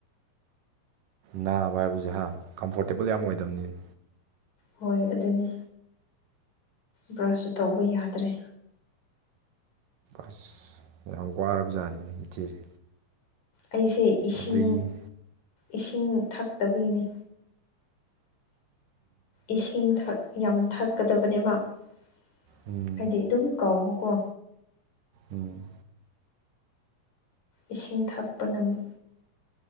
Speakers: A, on the right (about 75°); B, on the left (about 55°).
A: ꯅꯥꯕ ꯍꯥꯏꯕꯁꯦ ꯍꯥ ꯀꯝꯐꯣꯔꯇꯦꯕꯜ ꯌꯥꯝ ꯑꯣꯏꯗꯕꯅꯤ
B: ꯍꯣꯏ ꯑꯗꯨꯅꯤ ꯕ꯭ꯔꯁꯁꯨ ꯇꯧꯕ ꯌꯥꯗ꯭ꯔꯦ
A: ꯑꯁ ꯌꯥꯝ ꯋꯥꯔꯕꯖꯥꯠꯅꯤꯅꯦ ꯏꯆꯦꯁꯦ
B: ꯑꯩꯁꯦ ꯏꯁꯤꯡ
A: ꯑꯗꯒꯤ
B: ꯏꯁꯤꯡ ꯊꯛꯇꯕꯒꯤꯅꯤ ꯏꯁꯤꯡ ꯊꯛ ꯌꯥꯝ ꯊꯛꯀꯗꯕꯅꯦꯕ ꯑꯩꯗꯤ
A: ꯎꯝ ꯎꯝ
B: ꯑꯗꯨꯝ ꯀꯥꯎꯕꯀꯣ
A: ꯎꯝ
B: ꯏꯁꯤꯡ ꯊꯛꯄꯅꯄ